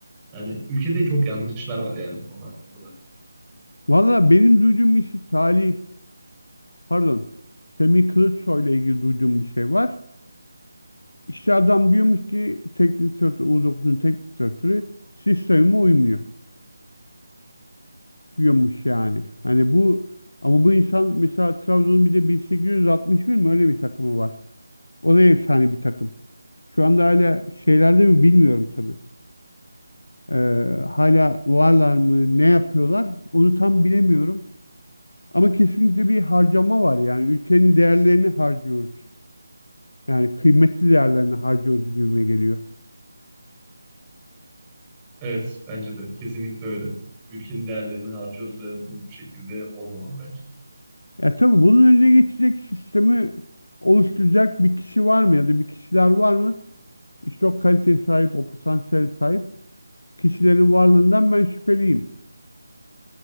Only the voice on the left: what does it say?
Valla benim duyduğum bir şey Salih, pardon, Semih Kılıçsoy ile ilgili duyduğum bir şey var. İşte adam diyormuş ki teknik direktör, U9'un teknik direktörü sisteme uymuyor. diyormuş yani. Hani bu ama bu insan mesela Trabzon'un bir de 1861 mi öyle bir takımı var. O da efsane bir takım. Şu anda hala şeylerde mi bilmiyorum tabii. Ee, hala varlar mı ne yapıyorlar onu tam bilemiyorum. Ama kesinlikle bir harcama var yani ülkenin değerlerini harcıyoruz. Yani kıymetli değerlerini harcıyoruz gibime geliyor.
Ya tabii bunun önüne geçecek sistemi oluşturacak bir kişi var mı ya da bir kişiler var mı? İşte o kaliteye sahip, o potansiyele sahip kişilerin varlığından ben şüpheliyim.